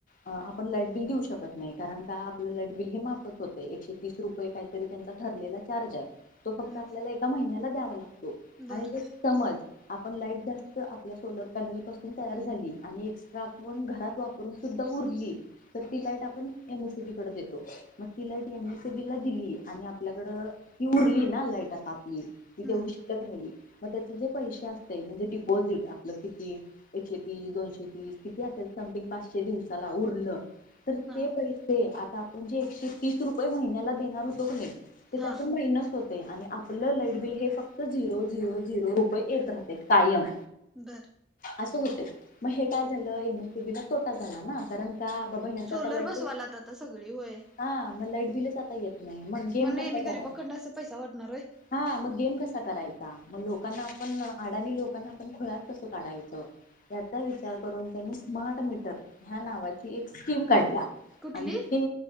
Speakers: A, on the left (about 45°); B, in the centre.
A: आपण लाईट बिल देऊ शकत नाय कारण का आपलं लाईट बिल हे माफच होतय एकशे तीस रुपये काय त्यांचा ठरलेला चार्ज आहे तो फक्त
B: हम्म
A: आपल्याला एका महिन्याला द्यावा लागतो.
B: बर
A: आणि समज आपण लाईट जास्त आपल्या सोलर पॅनल पासून तयार झाली आणि एक्स्ट्रा आपण घरात वाप रून सुद्धा उरली तर ती लाईट आपण एम एस सी बी कडे देतो मग ती लाईट एम एस सी बीला दिली आणि आपल्याकडं ती उरली ना लाईटात आपली ती
B: हम्म
A: तेवढी शिल्लक राहिली म त्याच जे पैशे असतंय म्हणजे डिपॉझिट आपलं किती एकशे तीस दोनशे तीस किती असेल समथिंग पाचशे दिवसाला उरलं तर
B: हा
A: ते पैसे आता आपण जे एकशे तीस रुपये महिन्याला देणार होतो क नाई ते
B: हा
A: त्यातून मायनस होतंय आणि आपलं लाईट बिल हे फक्त झिरो झरो झिरो रुपय येत राहतंय कायम.
B: बरं.
A: असं होतय मग हे काय झालं एम एस सी बी ला तोटा झाला ना कारण का बाबा यांच
B: सोलर
A: आता लाईट,
B: बसवायलात आता सगळी होय
A: हा मग लाईट बिलच आता येत नाय. मग गेम कसा
B: हेनी
A: करायचा
B: गरीबाकडनं असं पैसा वाटणार होय
A: हा मग गेम कसा करायचा म लोक लोकांना आपण आडाणी लोकांना आपण खुळ्यात कसं काढायचं. त्याचा विचार करून त्यांनी स्मार्ट मीटर ह्या नावाची एक स्कीम काढलीया.
B: कुठली
A: आणि ते